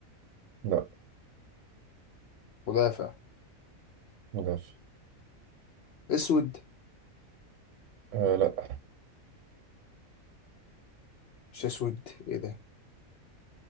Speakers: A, on the right (about 70°); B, on the left (about 65°).
A: لا
B: مدافع
A: مدافع
B: أسود
A: آه لا
B: مش أسود إيه ده